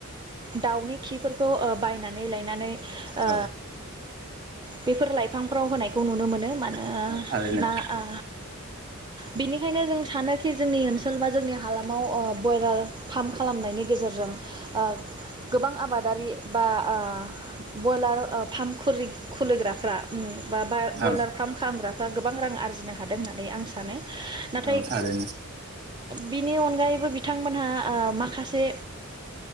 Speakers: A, on the right; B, on the right.
A: दाउनि खिफोरखौ ओ बायनानै लायनानै ओ
B: औ
A: बेफोर लाइफांफोराव होनायखौ नुनो मोनो मानो
B: औ
A: ओ
B: थारैनो
A: ना ओ बेनिखायनो जों सानोखि जोंनि ओनसोल बा जोंनि हालामाव ओ बयलार फार्म खालामनायनि गेजेरजों ओ गोबां आबादारि बा ओ बयलार फार्म खुलि खुलिग्राफ्रा उम बा बा
B: ओं
A: बयलार फार्म खालामग्राफ्रा गोब बां रां आरजिनो हादों होननानै आं सानो नाथाय
B: औ थारैनो
A: बिनि अनगायैबो बिथांमोनहा ओ माखासे